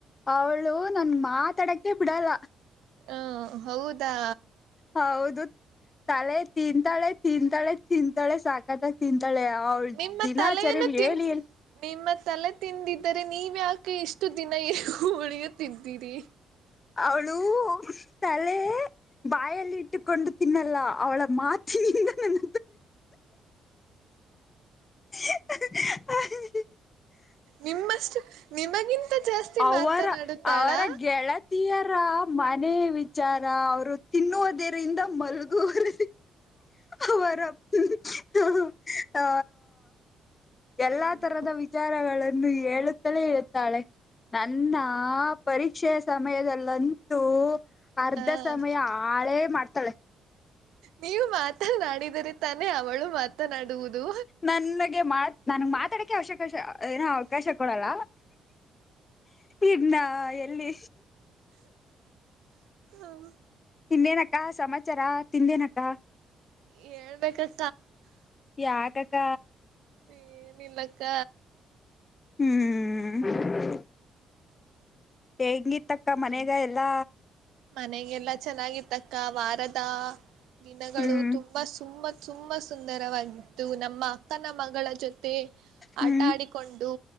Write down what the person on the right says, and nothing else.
ಹ ಹೌದಾ
ನಿಮ್ಮ
ತಲೆಯನ್ನು
ತಿನ್ ನಿಮ್ಮ ತಲೆ ತಿಂದಿದ್ದರೆ ನೀವ ಆಕೆ ಇಷ್ಟು ದಿನ ಉಳಿಯುತ್ತಿದ್ದೀರಿ
ನಿಮ್ಮಷ್ಟು ನಿಮಗಿಂತ ಜಾಸ್ತಿ
ಮಾತನಾಡುತ್ತಾಳಾ
ಹ್ಮ್
ಹ
ನೀವು ಮಾತನಾಡಿದರೆ ತಾನೇ ಅವಳು ಮಾತನಾಡುವುದು
ಹ್ಮ
ಹೇಳ್ಬೇಕಸ
ಏನಿಲ್ಲಕ್ಕ
ಮನೆಗೆಲ್ಲ ಚೆನ್ನಾಗಿರ್ತಕ್ಕ ವಾರದ ದಿನಗಳು
ತುಂಬಾ ಸುಮ್ಮ ತುಂಬಾ ಸುಂದರವಾಗಿತ್ತು ನಮ್ಮ ಅಕ್ಕನ ಮಗಳ ಜೊತೆ ತ್ತೆ
ಆಟ ಆಡಿಕೊಂಡು